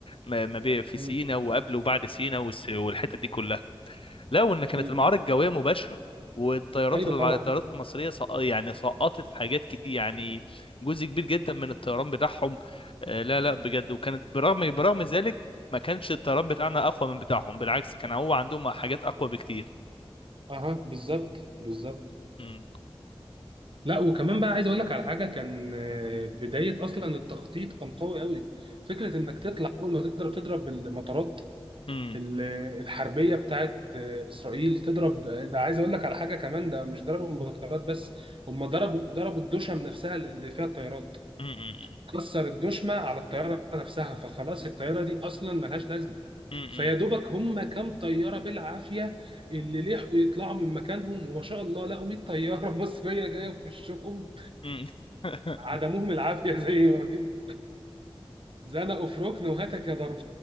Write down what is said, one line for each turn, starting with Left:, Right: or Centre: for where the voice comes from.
Left: ما ما بي- في
Right: مم.
Left: سينا وقبل وبعد سينا والس- والحته دي كلها لا وان كانت
Right: مم.
Left: المعارك الجويه مباشره والطيارات
Right: ايوه
Left: الع-
Right: طبعا
Left: الطيارات المصريه سق- يعني سقطت حاجات كتير يعني جزء كبير جدا من الطيران بتاعهم آه، لا لا بجد وكانت برغم برغم ذلك ما كانش الطيران بتاعنا اقوى من بتاعهم بالعكس كان هو عندهم حاجات اقوى بكتير
Right: اها بالظبط بالظبط
Left: مم.
Right: لا وكمان بقى عايز اقول لك على حاجه كان آه، بدايه اصلا التخطيط كان قوي قوي فكره انك تطلع اول ما تضرب تضرب المطارات
Left: مم.
Right: ال- الحربيه بتاعت آه، اسرائيل تضرب آه، ده عايز اقول لك على حاجه كمان ده مش ضربوا المطارات بس هم ضربوا ضربوا الدشم نفسها اللي فيها الطيارات
Left: مم. مم.
Right: كسر الدشمه على الطياره نفسها فخلاص الطياره دي اصلا ملهاش لازمه
Left: مم.
Right: فيا دوبك هم كام طياره بالعافيه اللي لحقوا يطلعوا من مكانهم وما شاء الله لقوا 100 طياره <laughs> مصريه جايه في وشهم
Left: مم. <laughs>
Right: عدموهم العافيه <laughs> زي ما بيقولوا زنقوا في ركن وهتك يا ضرب